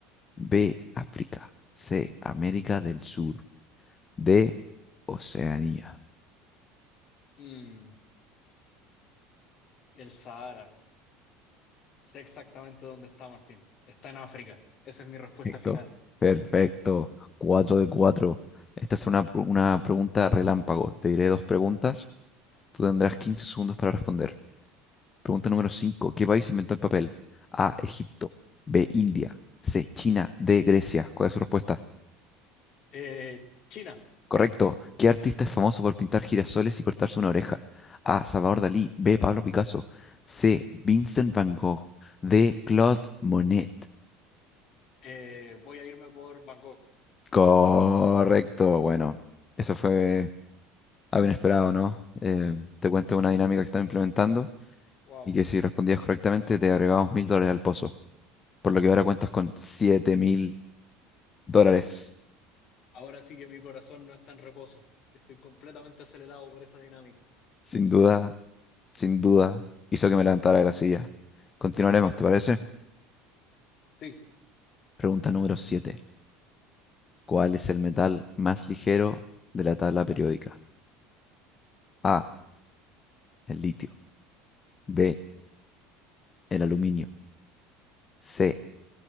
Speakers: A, on the left; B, on the left.
A: B. África. C. América del Sur. D. Oceanía.
B: Mm, el Sahara. Sé exactamente dónde está Martín. Está en África. Esa es mi respuesta
A: Perfecto.
B: final.
A: Perfecto. Cuatro de cuatro. Esta es una, una pregunta relámpago. Te diré dos preguntas. Tú tendrás 15 segundos para responder. Pregunta número 5: ¿Qué país inventó el papel? A. Egipto. B. India. C. China. D. Grecia. ¿Cuál es su respuesta?
B: Eh, China.
A: Correcto. ¿Qué artista es famoso por pintar girasoles y cortarse una oreja? A. Salvador Dalí. B. Pablo Picasso. C. Vincent Van Gogh. D. Claude Monet.
B: Eh, voy a irme por Bangkok.
A: Correcto. Bueno, eso fue algo inesperado, ¿no? Eh, te cuento una dinámica que están implementando
B: Wow.
A: y que si respondías correctamente te agregamos mil dólares al pozo, por lo que ahora cuentas con siete mil dólares.
B: Ahora sí que mi corazón no está en reposo. Estoy completamente acelerado por esa dinámica.
A: Sin duda, sin duda, hizo que me levantara de la silla. Continuaremos, ¿te parece?
B: Sí.
A: Pregunta número 7. ¿Cuál es el metal más ligero de la tabla periódica? A, el litio. B, el aluminio. C,